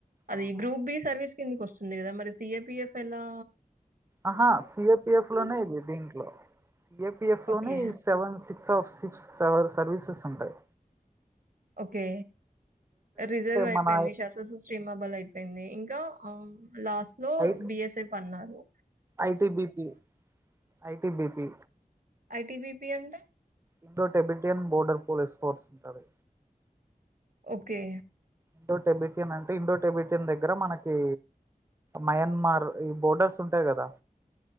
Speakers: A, on the right; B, on the right.
A: అది
B: అవునవును
A: గ్రూప్ బి సర్వీస్. కిందికొస్. లేదా మరి సిఎపిఎఫెల్లో.
B: ఆహా సిఏపిఎఫ్ లోనే ఇది, దీంట్లో సిఏపిఎఫ్
A: ఓకే.
B: లోనే Seven, six. సాఫ్ సిక్స్ సెవర్ సర్వీసెస్ ఉంటయ్.
A: ఓకే రిజర్వ్ అయిపోయింది
B: మన
A: శాస్త్ర శ్రిమాబల్ అయిపోయింది ఇంకా ఆ లాస్ట్ లో
B: ఐ
A: బిఎస్ఎప్ పన్నారు
B: ఐటిబిపి ఐటిబిపి
A: ఐటిబిపి ఉంటే
B: Indo Tibetan border police force ఉంటారు
A: ఓకే
B: ఇండో టెబిటియన్ అంటే ఇండో టెబిటియన్ దగ్గర మనకి మయన్మార్ ఈ బోర్డర్స్ ఉంటాయి కదా